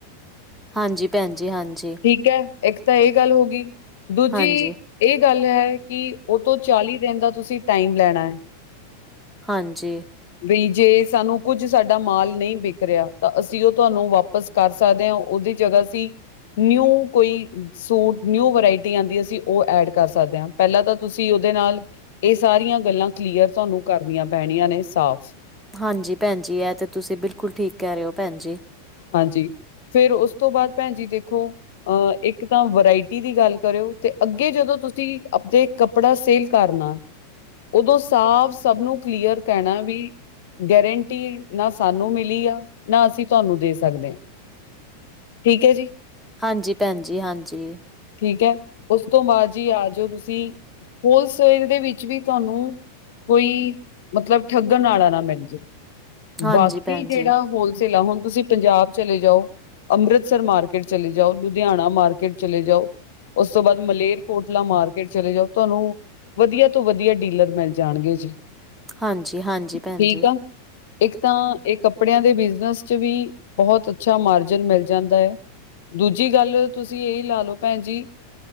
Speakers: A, in the centre; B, on the left.
A: ਹਾਂਜੀ। ਭੈਣ ਜੀ ਹਾਂਜੀ
B: ਠੀਕ ਐ, ਇੱਕ ਤਾਂ ਐਹ ਗੱਲ ਹੋ ਗਈ ਦੂਜੀ
A: ਹਾਂਜੀ
B: ਏਹ ਗੱਲ ਐ, ਕਿ ਔਤੋਂ ਚਾਲੀ ਦਿਨ ਦਾ ਤੁਸੀਂ ਟਾਈਮ ਲੈਨਾ ਐ।
A: ਹਾਂਜੀ।
B: ਬਈ ਜੇ ਸਾਨੂੰ ਕੁੱਝ ਸਾਡਾ ਮਾਲ ਨਈ ਵਿਕਰਿਆ ਤਾਂ ਅਸੀਂ ਉਹ ਤੁਹਾਨੂੰ ਵਾਪਸ ਕਰ ਸਕਦੇ ਹਾਂ ਉਹਦੀ ਜਗ੍ਹਾ ਸੀ ਨਿਊ ਕੋਈ ਸੂਟ ਨਿਊ ਵਰਾਇਟੀ ਆਉਂਦੀ ਅਸੀਂ ਉਹ ਐਡ ਕਰ ਸਕਦੇ ਹਾਂ ਪਹਿਲਾਂ ਤਾਂ ਤੁਸੀਂ ਉਹਦੇ ਨਾਲ ਇਹ ਸਾਰੀਆਂ ਗੱਲਾਂ ਕਲੀਅਰ ਤੁਹਾਨੂੰ ਕਰਨੀਆਂ ਪੈਣੀਆਂ ਨੇ ਸਾਫ਼।
A: ਹਾਂਜੀ ਪੈਨਜੀ ਇਹ ਤੇ ਤੁਸੀਂ ਬਿਲਕੁਲ ਠੀਕ ਕਹ ਰਹੇ ਹੋ ਪੈਨਜੀ।
B: ਹਾਂਜੀ ਫੇਰ ਓਸ ਤੋਂ ਬਾਦ ਪੈਨਜੀ ਦੇਖੋ ਅਹ ਇੱਕ ਤਾਂ ਵਰਾਇਟੀ ਦੀ ਗੱਲ ਕਰਿਓ ਤੇ ਅੱਗੇ ਜਦੋਂ ਤੁਸੀਂ ਆਪਦੇ ਕੱਪੜਾ ਸੇਲ ਕਰਨਾ ਉਦੋਂ ਸਾਫ਼ ਸਭ ਨੂੰ ਕਲੀਅਰ ਕਹਿਣਾ ਵੀ ਹੈਰੰਟੀ ਨਾ ਸਾਨੂੰ ਮਿਲੀ ਆ ਨਾ ਅਸੀਂ ਤੁਹਾਨੂੰ ਦੇ ਸਕ ਸਕਦੇ, ਠੀਕ ਹੈ ਜੀ।
A: ਹਾਂਜੀ ਭੈਣ ਜੀ ਹਾਂਜੀ
B: ਠੀਕ ਹੈ, ਉਸ ਤੋਂ ਬਾਅਦ ਜੀ ਆ ਜਾਓ ਤੁਸੀਂ ਹੋਲਸੇਲ ਦੇ ਵਿੱਚ ਵੀ ਤੁਹਾਨੂੰ ਕੋਈ ਮਤਲਬ ਠੱਗਣ ਵਾਲਾ ਨਾ ਮਿਲ ਜੇ,
A: ਹਾਂਜੀ
B: ਬਾਕੀ
A: ਭੈਣ
B: ਜਿਹੜਾ
A: ਜੀ
B: ਹੋਲ ਚੱਲ ਆ, ਹੁਣ ਤੁਸੀਂ ਪੰਜਾਬ ਚਲੇ ਜਾਓ, ਅੰਮ੍ਰਿਤਸਰ ਮਾਰਕੀਟ ਚਲੇ ਜਾਓ, ਲੁਧਿਆਣਾ ਮਾਰਕੀਟ ਚਲੇ ਜਾਓ ਉਸ ਤੋਂ ਬਾਅਦ ਮਲੇਰਕੋਟਲਾ ਮਾਰਕੀਟ ਚਲੇ ਜਾਓ, ਤੁਹਾਨੂੰ ਵਧੀਆ ਤੋਂ ਵਧੀਆ ਡੀਲਰ ਮਿਲ ਜਾਣਗੇ ਜੀ।
A: ਹਾਂਜੀ, ਹਾਂਜੀ
B: ਠੀਕ
A: ਭੈਣ ਜੀ।
B: ਆ ਇੱਕ ਤਾਂ ਇਹ ਕੱਪੜਿਆਂ ਦੇ ਬਿਜਨਸ ਚ ਵੀ ਬਹੁਤ ਅੱਛਾ ਮਾਰਜਨ ਮਿਲ ਜਾਂਦਾ ਹੈ। ਦੂਜੀ ਗੱਲ ਤੁਸੀਂ ਇਹੀ ਲਾ ਲਓ ਭੈਣ ਜੀ।